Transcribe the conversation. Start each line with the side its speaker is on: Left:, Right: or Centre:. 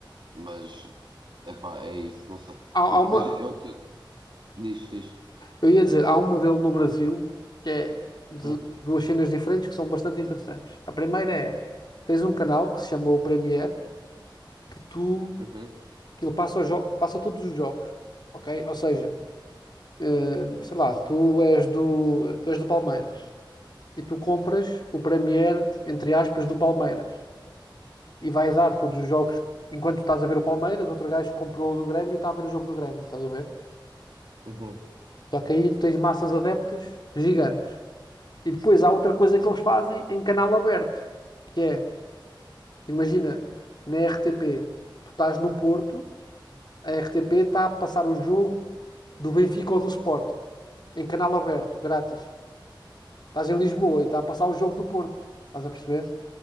Right: mas epá, é isso, não sei.
Left: há, há
Right: Porque
Left: uma,
Right: depois é o que Diz, diz.
Left: eu ia dizer, há um modelo no Brasil que é de
Right: Hum,
Left: duas cenas diferentes que são bastante interessantes. A primeira é, tens um canal que se chama o Premier, que tu,
Right: Uhum,
Left: que ele passa, os jo- passa todos os jogos, ok? Ou seja, eh, sei lá, tu és do, tu és do Palmeiras. e tu compras o Premier, entre aspas, do Palmeiras. E vais dar todos os jogos, enquanto tu estás a ver o Palmeiras, outro gajo comprou o do Grêmio e está a ver o jogo do Grêmio, estás a ver?
Right: uhum,
Left: Só que aí tu tens massas adeptas gigantes. E depois há outra coisa que eles fazem em canal aberto, que é, imagina, na RTP, tu estás no Porto, a RTP está a passar o jogo do Benfica ou do Sporting, em canal aberto, grátis. Estás em Lisboa e está a passar o jogo do Porto, estás a perceber?